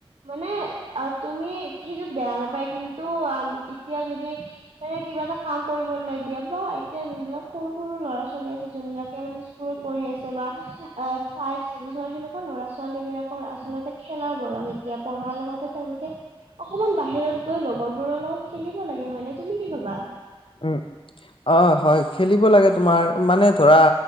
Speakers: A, on the right; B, on the left.
A: মানে তুমি সেইটোত বেয়া নাপায় কিন্তু এতিয়া যদি মানে কিবা এটা কাম কৰিবলৈ দিয়া বা এতিয়া যোনবিলাক সৰু সৰু ল'ৰা - ছোৱালী আছে যোনবিলাকে মানে কৰি আছে বা ফাইভ ছিক্সৰ সেনেকুৱা ল'ৰা ছোৱালী বিলাকৰ আচলতে খেলাৰ বয়স এতিয়া পঢ়াৰ লগতে তেওঁলোকে অকমান বাহিৰত গৈ লগৰবোৰৰ লগত খেলিব লাগে হয় নে তুমি কি ভাবা?
B: উম, অ হয় খেলিব লাগে তোমাৰ মানে ধৰা